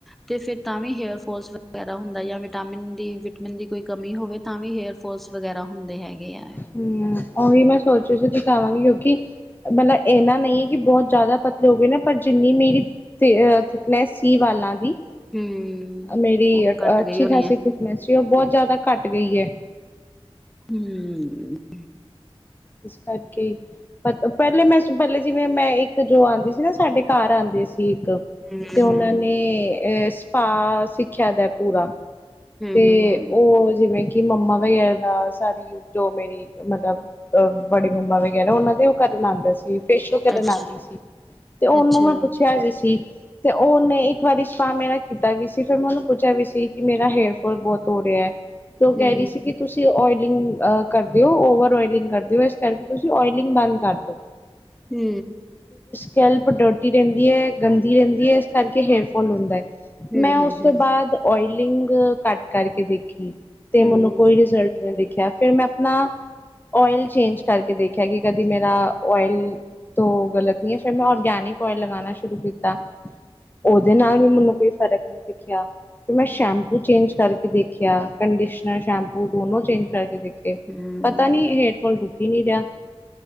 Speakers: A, in the centre; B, on the left.
A: ਤੇ ਫਿਰ, ਤਾਂ ਵੀ ਹੇਅਰ ਫੋਲਸ ਵਗੈਰਾ ਹੁੰਦਾ ਜਾਂ ਵਿਟਾਮਿਨ ਦੀ, ਵਿਟਮਿਨ ਦੀ ਕੋਈ ਕਮੀ ਹੋਵੇ, ਤਾਂ ਵੀ ਹੇਅਰ ਫ ਫੋਲਸ ਵਗੈਰਾ ਹੁੰਦੇ ਹੈਗੇ ਹੈ।
B: ਹਮ, ਉਹੀ ਮੈਂ ਸੋਚ ਰੀ ਸੀ ਦਿਖਾਵਾਂਗੀ ਕਿਉਂਕਿ ਮਤਲਬ ਇੰਨਾ ਨਹੀਂ ਹੈ, ਕਿ ਬਹੁਤ ਜ਼ਿਆਦਾ ਪਤਲੇ ਹੋ ਗਏ ਨੇ ਪਰ ਜਿੰਨੀ ਮੇਰੀ ਥ ਥਿਕਨੈਸ ਸੀ ਵਾਲਾਂ ਦੀ,
A: ਹੂੰ
B: ਮੇਰੀ
A: ਉਹ ਘੱਟ
B: ਅੱਛੀ
A: ਗਈ ਹੋਣੀ
B: ਖਾਸੀ
A: ਹੈ
B: ਥਿ ਕਨੈਸ ਸੀ, ਉਹ ਬਹੁਤ ਜਿਆਦਾ ਘੱਟ ਗਈ ਹੈ।
A: ਹਮ। ਹਮ।
B: ਇਸ ਕਰਕੇ ਪਹਿਲੇ ਮੈਂ ਪਹਿਲੇ ਜਿਵੇਂ, ਮੈਂ ਇੱਕ ਜੋ ਆਉਂਦੀ ਸੀ ਨਾ ਸਾਡੇ ਘਰ ਆਉਂਦੇ ਸੀ ਇੱਕ
A: ਹੂੰ
B: ਤੇ ਉਹਨਾਂ
A: ਹੂੰ
B: ਨੇ ਅਹ, ਸਪਾਅ ਸਿੱਖਿਆ ਦਾ ਪੂਰਾ ਤੇ
A: ਹੂੰ ਹੂੰ
B: ਉਹ ਜਿਵੇਂ ਕਿ, ਮੰਮਾ ਵਗੈਰਾ ਦਾ ਸਾਰੀ ਜੋ ਮੇਰੀ ਮਤਲਬ, ਅਹ ਬੜੀ ਮੰਮਾ ਵਗੈਰਾ ਉਹਨਾਂ ਦੇ ਉਹ ਕਰਨ ਆਉਂਦਾ ਸੀ। ਫੇਸ਼ੀਲ ਕਰਨ
A: ਅੱਛਾ
B: ਆਂਦੀ ਸੀ, ਤੇ ਉਹਨੂੰ
A: ਅੱਛਾ
B: ਮੈਂ ਪੁੱਛਿਆ ਵੀ ਸੀ ਤੇ ਉਨੇ ਇੱਕ ਵਾਰੀ ਸਪਾ ਮੇਰਾ ਕੀਤਾ ਵੀ ਸੀ ਫਿਰ ਮੈਂ ਉਨੂੰ ਪੁੱਛਿਆ ਵੀ ਸੀ ਕਿ ਮੇਰਾ ਹੇਅਰ ਬਹੁਤ ਹੋ ਰਿਹਾ ਆ ਤੇ ਓ
A: ਹੂੰ
B: ਕਹਿ ਰਹੀ ਸੀ ਕਿ ਤੁਸੀਂ ਓਇਲਿੰਗ ਅ ਕਰਦੇਓ ਓਵਰ ਓਇਲਿੰਗ ਕਰਦੇ ਹੋ ਇਸ ਕਰਕੇ ਤੁਸੀਂ ਓਇਲਿੰਗ ਬੰਦ ਕਰ ਦਿਓ
A: ਹੂੰ।
B: ਕੈਲਪ ਡੋਟੀ ਰਹਿੰਦੀ ਆ ਗੰਦੀ ਰਹਿੰਦੀ ਆ ਕਰਕੇ ਹੇਅਰਫੋਲ ਹੁੰਦਾ ਆ
A: ਹੂੰ
B: ਮੈਂ
A: ਹੂੰ
B: ਉਸ ਤੋਂ ਬਾਦ ਓਇਲਿੰਗ ਘੱਟ ਕਰਕੇ ਦੇਖੀ ਤੇ
A: ਹੂੰ
B: ਮੈਨੂੰ ਕੋਈ ਰਿਜ਼ਲਟ ਨਾ ਦੇਖਿਆ ਫੇਰ ਮੈਂ ਆਪਣਾ ਓਇਲ ਚੇਂਜ ਕਰਕੇ ਦੇਖਿਆ ਕਿ ਕਦੀ ਮੇਰਾ ਓਇਲ ਤੋ ਗ਼ਲਤ ਨਈ ਆ ਫਿਰ ਮੈਂ ਔਰਗੈਨਿਕ ਓਇਲ ਲਗਾਨਾ ਸ਼ੁਰੂ ਕੀਤਾ ਉਦੇ ਨਾਲ ਵੀ ਮੈਨੂੰ ਕੋਈ ਫਰਕ ਨੀ ਦਿਖਿਆ ਫੇਰ ਮੈਂ ਸ਼ੈਂਪੂ
A: ਹੂੰ
B: ਚੇਂਜ ਦੇਖਿਆ ਕੰਡੀਸ਼ਨਰ ਸ਼ੈਂਪੂ ਦੋਨੋ ਚੇਂਜ ਕਰਕੇ ਦੇਖੇ
A: ਹੂੰ
B: ਪਤਾ ਨੀ ਫੇਰ ਹੇਅਰਫੋਲ ਰੁਕ ਹੀ ਨੀ ਰਿਹਾ